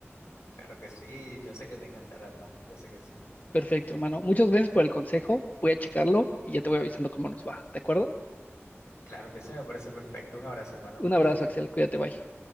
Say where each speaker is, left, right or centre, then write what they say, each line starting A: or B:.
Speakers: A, on the left; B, on the left.
A: Claro que sí. Yo sé que te encantará, hermano. Yo sé que sí.
B: Perfecto, hermano. Muchas gracias por el consejo, voy a checarlo y ya te voy avisando cómo nos va, ¿de acuerdo?
A: Claro que sí, me parece perfecto. Un abrazo, hermano.
B: Un
A: Cuídate.
B: abrazo, Axel, cuídate, bye.